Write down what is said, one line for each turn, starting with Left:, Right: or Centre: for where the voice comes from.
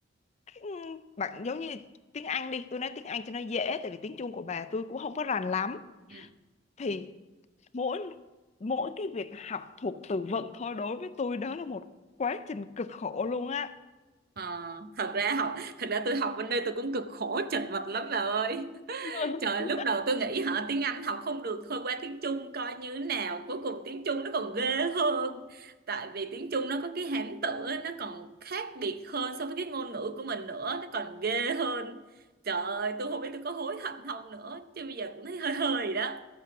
Left: cái, ừ, bạn giống như tiếng Anh đi, tôi nói tiếng Anh cho nó dễ tại vì tiếng Trung của bà tôi cũng không có rành lắm
Right: Ừ.
Left: thì mỗi mỗi cái việc học thuộc từ vựng thôi đối với tôi đó là một quá trình cực khổ luôn á
Right: Ờ, thật ra học, thật ra tôi học bên đây tôi cũng cực khổ chật vật lắm bà ơi. <laughs>
Left: <laughs>
Right: Trời, lúc đầu tôi nghĩ hả tiếng Anh học không được thôi qua tiếng Trung coi như thế nào. Cuối cùng tiếng Trung nó còn ghê hơn. Tại vì tiếng Trung nó có cái hán tự á, nó còn khác biệt hơn so với cái ngôn ngữ của mình nữa, nó còn ghê hơn. Trời ơi, tôi không biết tôi có hối hận không nữa, chứ bây giờ cũng thấy hơi hơi đó.